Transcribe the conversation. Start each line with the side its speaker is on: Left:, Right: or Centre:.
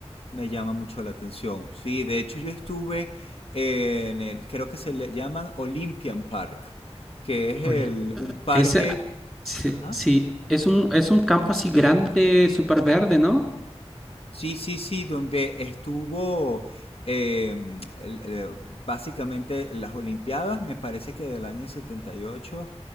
Left: Me llama mucho la atención. Sí, de hecho yo estuve en el, creo que se le llaman Olympian Park, que es
Centre: Ol-
Left: el, un parque,
Centre: Ese, sí,
Left: ajá,
Centre: sí, es un, es un campo así grande, súper verde, ¿no?
Left: sí, sí, sí, donde estuvo eh, el- el- básicamente las Olimpiadas, me parece que del año 78, y ocho,